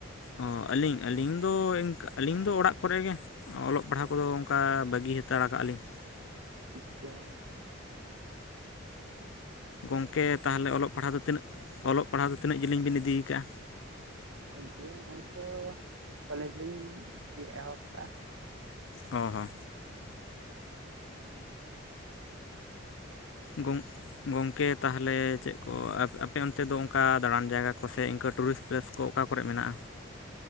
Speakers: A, on the left (about 70°); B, on the right (about 80°).
A: ᱚ ᱟᱹᱞᱤᱧ ᱟᱹᱞᱤᱧ ᱫᱚ ᱤᱱ ᱟᱹᱞᱤᱧ ᱫᱚ ᱚᱲᱟᱜ ᱠᱚᱨᱮᱜᱮ ᱚᱞᱚᱜ ᱯᱟᱲᱦᱟᱜ ᱠᱚᱫᱚ ᱚᱱᱠᱟ ᱵᱟᱹᱜᱤ ᱦᱟ ᱼᱼ ᱛᱟᱲ ᱠᱟᱜᱞᱤᱧ᱾
B: <unintelligible>
A: ᱜᱚᱝᱠᱮ ᱛᱟᱦᱚᱞᱮ ᱚᱞᱚᱜ ᱯᱟᱲᱦᱟᱣ ᱫᱚ ᱛᱤᱱᱟᱹᱜ ᱚᱞᱚᱜ ᱯᱟᱲᱦᱟᱣ ᱫᱚ ᱛᱤᱱᱟᱹᱜ ᱡᱤᱞᱤᱧ ᱵᱤᱱ ᱤᱫᱠᱟᱜᱼᱟ?
B: ᱠᱚᱝᱠᱮ ᱱᱚᱜᱼᱚᱭ ᱛᱚ ᱠᱚᱞᱮᱡᱽ ᱞᱤᱧ ᱮᱦᱚᱵ ᱠᱟᱜᱼᱟ᱾
A: ᱚ ᱦᱚ ᱜᱚᱝ ᱜᱚᱝᱠᱮ ᱛᱟᱦᱞᱮ ᱪᱮᱫ ᱠᱚ ᱟᱯ-ᱟᱯᱮ ᱚᱱᱛᱮ ᱫᱚ ᱚᱝᱠᱟ ᱫᱟᱬᱟᱱ ᱡᱟᱭᱜᱟ ᱠᱚ ᱥᱮ ᱤᱝᱠᱟᱹ ᱴᱩᱨᱤᱥ ᱯᱨᱮᱹᱥ ᱠᱚ ᱚᱠᱟ ᱠᱚᱨᱮ ᱢᱮᱱᱟᱜᱼᱟ